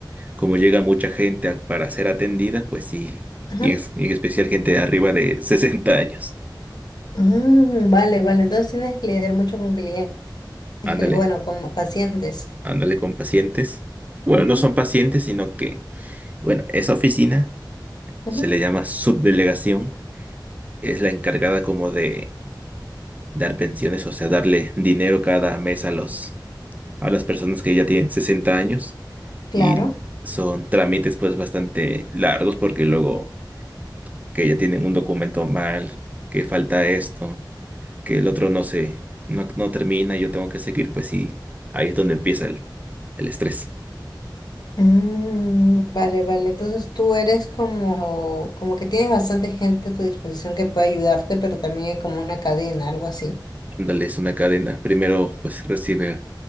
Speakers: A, on the right; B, on the left.
A: como llega mucha gente a- para ser atendida, pues sí,
B: ajá.
A: y es, y en especial gente de arriba de <laughs> 60 años.
B: Mm, vale, vale. Entonces tienes que lidiar mucho con clientes,
A: Ándale,
B: que le- bueno, como pacientes.
A: ándale con pacientes. Bueno,
B: Ujú,
A: no son pacientes, sino que, bueno, esa oficina
B: ujú,
A: se le llama subdelegación. Es la encargada como de dar pensiones, o sea, darle dinero cada mes a los, a las personas que ya tienen 60 años. Y
B: Claro.
A: son trámites pues bastante largos porque luego que ya tienen un documento mal, que falta esto, que el otro no se, no, no termina, yo tengo que seguir, pues sí, ahí es donde empieza el, el estrés.
B: Mm, vale, vale. Entonces tú eres como, como que tienes bastante gente a tu disposición que puede ayudarte, pero también hay como una cadena, algo así.
A: Ándale, es una cadena. Primero, pues recibe,